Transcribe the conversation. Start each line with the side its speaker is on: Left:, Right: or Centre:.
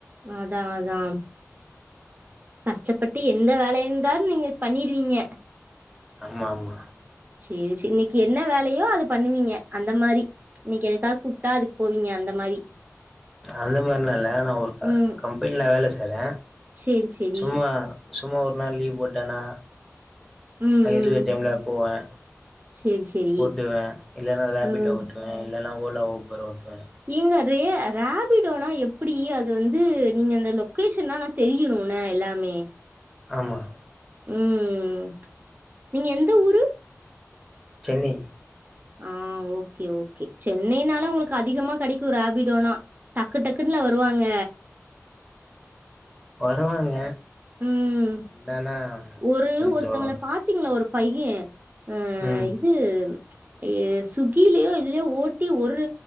Right: அதான் அதான் கஷ்டப்பட்டு எந்த வேலை இருந்தாலும் நீங்க பண்ணிருவீங்க
Centre: ஆமா ஆமா
Right: சேரி சேரி இன்னைக்கு என்ன வேலையோ அத பண்ணுவீங்க அந்த மாரி இன்னைக்கு எதுக்கா கூப்ட்டா அதுக் போவிங்க அந்த மாரி
Centre: அந்த மாரிலா இல்ல நா ஒரு க
Right: ம்
Centre: கம்பெனில வேல செய்றே
Right: சேரி சேரி
Centre: சும்மா சும்மா ஒரு நாள் லீவ் போட்டனா
Right: ம்
Centre: இருக்கற
Right: ம்
Centre: டைம்ல போவே
Right: சேரி சேரி
Centre: ஓட்டுவன் இல்லனா ரேபிட்டோ
Right: ம்
Centre: ஓட்டுவன் இல்லனா ஓலா ஊபர் ஓட்டுவன்
Right: ஏங்க ரே ரேபிடோனா எப்டி அது வந்து நீங்க அந்த லொக்கேஷன்லா தெரியிணு இல்ல எல்லாமே
Centre: ஆமா
Right: ம் நீங்க எந்த ஊரு
Centre: சென்னை
Right: ஆ ஓகே ஓகே சென்னைனால ஒங்களுக்கு அதிகமா கெடைக்கு ரேபிடோனா டக்கு டக்குன்னு இல்ல வருவாங்க
Centre: வருவாங்க
Right: ம்
Centre: என்னன்னா
Right: ஒரு
Centre: கொஞ்சோ
Right: ஒருத்தங்கள பாத்தீங்களா ஒரு பையன் ம்
Centre: ம்
Right: இது ஜயயோ சுகிலயோ எதுலயோ ஓட்டி ஒரு